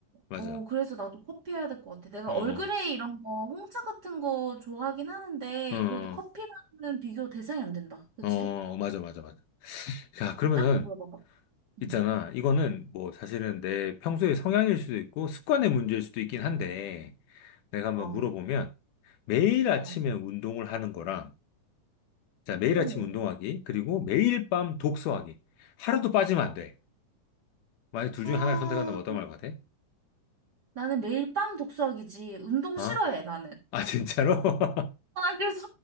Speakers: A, on the left (about 80°); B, on the right (about 40°).
A: 맞아.
B: 어, 그래서 나도 커피 해야 될 것 같아. 내가
A: 어,
B: 얼그레이 이런 거, 홍차 같은 거 좋아하긴 하는데,
A: 어,
B: 그래도 커피랑은 비교 대상이 안 된다. 그치?
A: 어, 맞아, 맞아, 맞아. 자, 그러면은
B: 딴거 물어봐봐. 응.
A: 있잖아. 이거는 뭐 사실은 내 평소의 성향일 수도 있고 습관의 문제일 수도 있긴 한데 내가 한번
B: 어,
A: 물어보면 매일 아침에
B: 어,
A: 운동을 하는 거랑 자, 매일
B: 어.
A: 아침 운동하기 그리고 매일 밤 독서하기 하루도 빠지면 안 돼. 만약 둘
B: 아,
A: 중에 하나를 선택한다면 어떤 말 같아?
B: 나는 매일 밤 독서하기지. 운동
A: 아?
B: 싫어해, 나는.
A: 아 진짜로? <laughs>
B: 아, 그래서